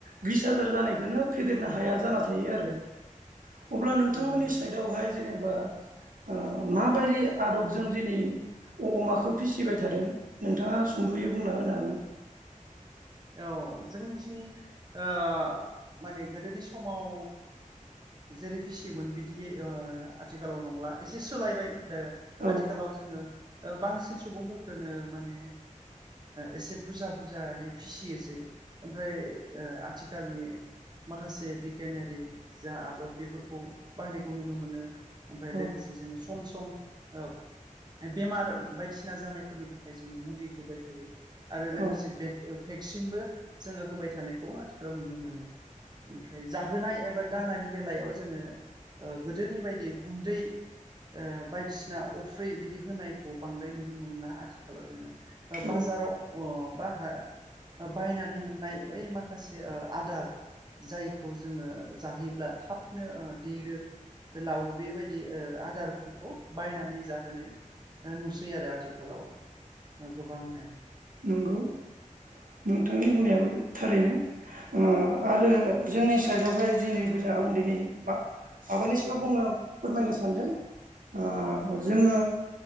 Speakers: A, on the right; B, on the right.
A: बिस हाजार जानायखौनो फेदेरनो हाया जाना थायो आरो‌। अब्ला नोंथांमोननि
B: नंगौ
A: साइडआवहाय एबा ओ माबायदि आदबजों दिनै अमाखौ फिसिबाय थादों नोंथाङा सुंद'यै बुंना होनो हागोन।
B: औ जोंनिथिं ओ माने गोदोनि समाव जेरै फिसियोमोन बिदि ओ आथिखालाव नंला एसे सोलायबाय। दा
A: औ
B: आथिखालाव जोङो ओ बांसिन सुबुंफोरखौनो माने एसे बुरजा बुरजायै फिसियोसै ओमफ्राय ओ आथिखालनि माखासे बिगियानारि जा आदब बेफोरखौ बाहायनायखौ नुनो मोनो। ओमफ्राय
A: औ
B: लोगोसे जोङो सम सम ओ बेमार बायदिसिना जानायफोरनि थाखाय जोङो मुलि होबाय थायो। आरो लोगोसे
A: औ
B: बे सिनबो जोङो होबाय थानायखौ आथिखालाव नुनो मोनो। ओमफ्राय जाहोनाय एब एबा दानानि बेलायाव जोङो ओ गोदोनि बायदि गुन्दै ओ बायदिसिना अफ्रि बिदि होनायखौ बांद्राय नुनो मोनला आथिखालाव जोङो।
A: औ
B: बाजाराव अ बा हा बायनानै मोननाय बै माखासे आदार जायखौ जोङो जाहोयोब्ला थाबनो देरो लावो बेबायदि आदारफोरखौ बायनानै जाहोनाय नुसै आरो आथिखालाव। गोबांनो
A: नोंगौ। नोंथांनि बुंनायाबो थारैनो। ओ आरो जोंनि साइडआवहाय दिनैबोजा आं दिनै माबानि सायाव बुंनो फोरमायनो सानदों ओ जोङो